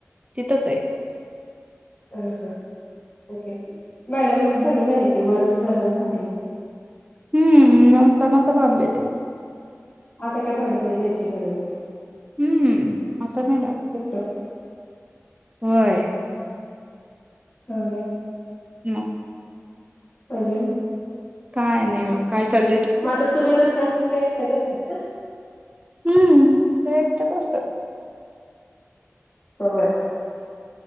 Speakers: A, on the right; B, on the left.
A: तिथंच आहे
B: अ हा ओके मॅडमांच
A: आहे
B: चांगलं झालं की वरच घरन खाली
A: हम्म न त मत बनलेेते
B: आता काय भाडंपिडे द्यायची गरज आहे
A: हम्म आता नाही लागत.
B: त्याट
A: होय
B: चचाले
A: म
B: अजे
A: काय नाही बाघ काय चाल
B: माझा तुम्ही नसलात तर ते एकट्याच असतात का
A: हम्म ते एक तरच असतं
B: होय